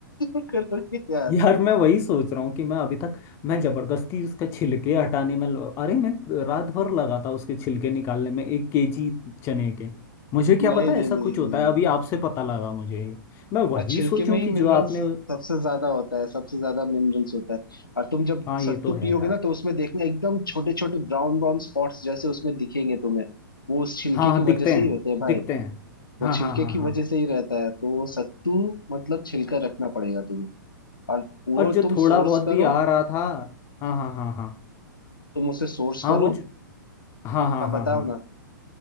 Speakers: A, on the left; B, on the left.
A: <laughs> करोगे यार
B: यार मैं वही सोच रहा हूँ कि मैं अभी तक मैं जबरदस्ती उसका छिलके हटाने में ल- अरे मैं रात भर लगा था उसके छिलके निकालने में एक केजी चने के मुझे क्या
A: नहीं
B: पता
A: नहीं
B: ऐसा
A: नहीं
B: कुछ होता
A: नहीं नहीं
B: है अभी आपसे पता लगा मुझे ये। मैं वही
A: और छिलके
B: सोचूं
A: में ही
B: कि
A: मिनरल्स
B: जो आपने
A: सबसे ज्यादा होता है सबसे ज्यादा मिनरल्स होता है और तुम जब
B: हाँ ये
A: सत्तू
B: तो है
A: पियोगे
B: यार
A: ना तो उसमें देखना एकदम छोटे छोटे ब्राउन ब्राउन स्पॉट्स जैसे उसमें दिखेंगे तुम्हें वो उस छिलके
B: हाँ हाँ
A: की
B: दिखते
A: वजह से
B: हैं
A: ही होते हैं भाई
B: दिखते हैं
A: वो
B: हाँ हाँ
A: छिलके
B: हाँ
A: की वजह
B: हाँ
A: से ही रहता है तो वो सत्तू मतलब छिलका रखना पड़ेगा तुम्हें और वो
B: और जो
A: तुम
B: थोड़ा
A: सोर्स
B: बहुत
A: करो
B: भी आ रहा था हाँ हाँ हाँ हाँ
A: तुम उसे सोर्स
B: हाँ
A: करो
B: वो जो हाँ हाँ
A: हाँ
B: हाँ
A: बताओ
B: हाँ
A: ना